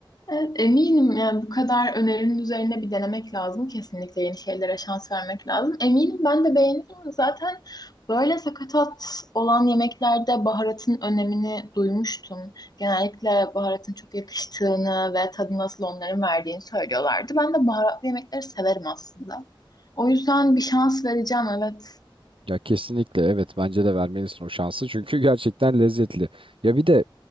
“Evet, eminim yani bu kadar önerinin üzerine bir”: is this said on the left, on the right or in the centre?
Left